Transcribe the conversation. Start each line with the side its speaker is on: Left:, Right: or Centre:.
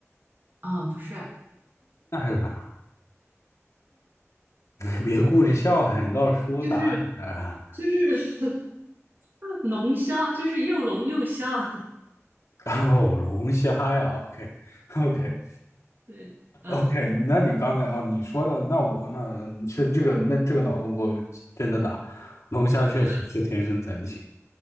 Right: 啊，不是，
Left: <laughs> 那是啥？<laughs> 你别顾着笑哈，你倒是说答案啊！
Right: 就是就是。<laughs> <laughs> 龙虾就是又龙又虾，
Left: <laughs> 哦，龙虾呀，OK OK
Right: <laughs> 对，嗯，
Left: OK，<laughs> 那你刚才哦，你说的，那我那是这个那这个脑洞给我真的大，龙虾确实是天生残疾
Right: 对啊，